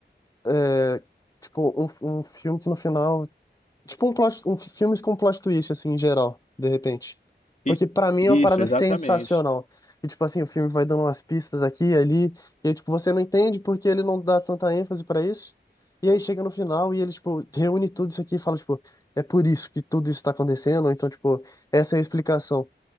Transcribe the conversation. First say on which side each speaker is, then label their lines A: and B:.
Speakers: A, on the left (about 20°); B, on the left (about 40°).
A: é, tipo um, um filme que no final Tipo um plot, um, filmes com plot twist, assim, em geral, de repente. Porque
B: E,
A: pra mim é
B: isso,
A: uma parada
B: exatamente.
A: sensacional. E, tipo assim, o filme vai dando umas pistas aqui e ali, e aí, tipo, você não entende porque ele não dá tanta ênfase pra isso. E aí chega no final e ele, tipo, reúne tudo isso aqui e fala, tipo, é por isso que tudo isso tá acontecendo, então, tipo, essa é a explicação.